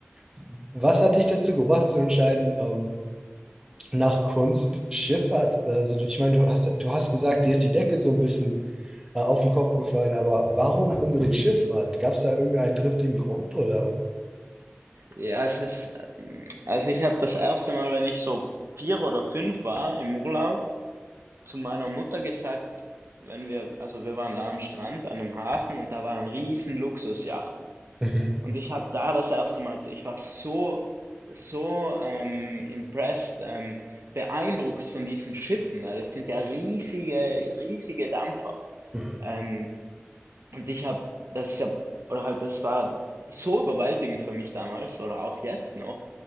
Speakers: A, on the right (about 15°); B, on the right (about 65°).
A: <laughs> was hat dich dazu gebracht zu entscheiden, ähm, nach Kunst Schifffahrt? Also du- ich meine, du hast, du hast gesagt, dir ist die Decke so ein bisschen äh, auf den Kopf gefallen, aber warum unbedingt Schifffahrt? Gab es da irgendeinen triftigen Grund oder?
B: Ja, es ist, ähm, also ich habe das erste Mal, wenn ich so vier oder fünf war im Urlaub, zu meiner Mutter gesagt, wenn wir, also wir waren da am Strand, an einem Hafen und da waren riesen Luxusjachten.
A: Mhm.
B: Und ich habe da das erste Mal, ich war so, so ähm, impressed, ähm, beeindruckt von diesen Schiffen, weil es sind ja riesige, riesige Dampfer.
A: Mhm.
B: Ähm, und ich habe, das ist ja, oder halt, das war so überwältigend für mich damals oder auch jetzt noch.